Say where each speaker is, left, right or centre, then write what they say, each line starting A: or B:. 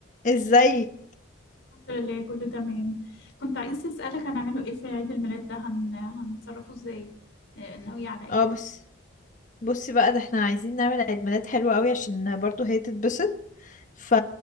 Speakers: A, on the left; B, on the left.
A: ازاي
B: الحمد لله كله تمام كنت عايزة أسألك هنعمله ايه في عيد الميلاد ده هن... هنتصرفه ازاي آه، ناوية على ايه
A: اه بص بصي بقى ده احنا عايزين نعمل عيد ميلاد حلو قوي عشان برضو هي تتبسط ف...